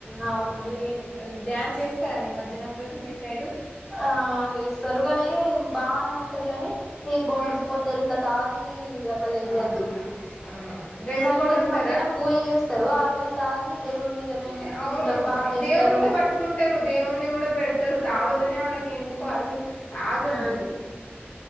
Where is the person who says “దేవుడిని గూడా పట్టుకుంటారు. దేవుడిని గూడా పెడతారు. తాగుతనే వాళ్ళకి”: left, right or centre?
Left